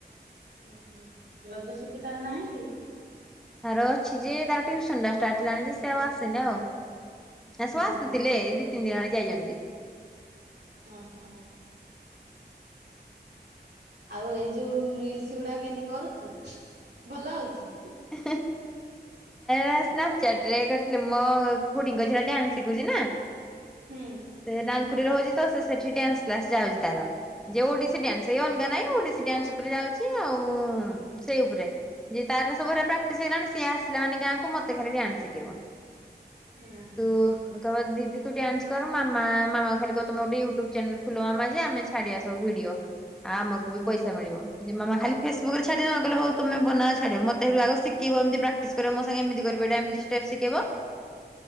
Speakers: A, on the right (about 70°); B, in the centre.
A: ହୁଁ ହୁଁ ରଜ ସୁୁଟି ପାରନାହିଁ କି?
B: ଆ ଅଛି ଯେ ତାର ଟ୍ୟୁସନ ଟା ଷ୍ଟାର୍ଟ ହେଲାଣି ଯେ ସେ ଆସେନି ଆଉ। ନା
A: ହୁଁ
B: ସବୁ ଆସିଥିଲେ
A: ହୁଁ
B: ଦି ତିନି ଦିନ ଆଳେ ଯାଇଛନ୍ତି।
A: ହ ହଁ। ଆଉ ଏଇ ଯୋଉ ରିଲସ ଗୁଡା କେମତି କରୁଛୁ? ଭଲ ହଉଛି?
B: ଏ ନା ସ୍ନାପ ଚାଟରେ କରଥିଲେ ମୁ ମୋ ଖୁଡିଙ୍କ ଝିଅ ଟା ଡ୍ୟାନ୍ସ ଶିଖୁଛି ନା।
A: ହୁଁ।
B: ସେ ନାଲକୁରେ ରହୁଛି ତ ସେଠି ଡ୍ୟାନ୍ସ କ୍ଲାସ ଯାଉଛି ତାର। ଯେ ଓଡିଶୀ ଡ୍ୟାନ୍ସ ଏଇ ଅଲଗା ନହିଁ ଓଡିଶୀ ଡ୍ୟାନ୍ସ ଉପରେ ଯାଉଛି ଆଉ ସେଇ ଉପରେ ଯେି ତାର ସବୁରେ ପ୍ରାକ୍ଟିସ ହେଗଲାଣି ସି ଆସିଲା ମାନ ଗାଁକୁ ମତୋଲି ଆଣି ଶିଖିବ
A: ହଁ ହୁଁ
B: ତ <inaudible> କହ ଦିଦି ତୁ ଡ୍ୟାନ୍ସ କର ମା ମାମା ଖାଲି କ ତମ ଗୋେ ୟୁଟ୍ୟୁବ ଚାନେଲ ଖୋଲ ଆ ଯେ ଆମେ ଛାଡଆ ସବୁ ଭିଡିଓ ଆମକୁ ବି ପଇସାଳ ଯେ ମାମା ଖଲି ଫେସବୁକ ରେ ଛାଡିଦେମା କହିଲ ହଉ ତମେ ବନା ମତେଠୁଗ ଶିେଇିବ ଏମ ପ୍ରକ୍ଟିସ କରିବ ମୋ ସାଙ୍ଗ ଏମିବ୍େଇବ